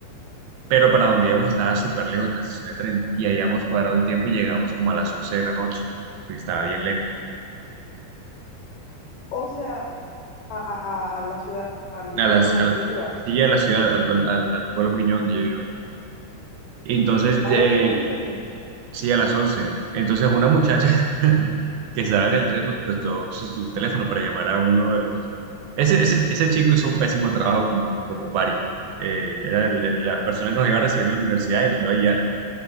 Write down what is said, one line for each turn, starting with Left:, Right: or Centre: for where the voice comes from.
Right: pero para donde íbamos estaba súper lejos de la estación de tren y habíamos cuadrado el tiempo y llegamos como a las 11 de la noche, porque estaba bien lejos,
Left: O sea, a, a, a a la ciudad, al
Right: a
Left: pueblo
Right: las,
Left: donde
Right: a la-
Left: tú ibas.
Right: sí, a la ciudad, al, al- al- al pueblo pequeño donde yo iba. Y entonces,
Left: A
Right: de,
Left: las once
Right: sí, a las once Entonces una muchacha <laughs> que estaba en el tren nos prestó su, su teléfono para llamar a uno de los... Ese, ese, ese chico hizo un pésimo trabajo como, como Bari. Eh, era el- el- la persona que nos iba a recibir en la universidad y nos iba a guiar.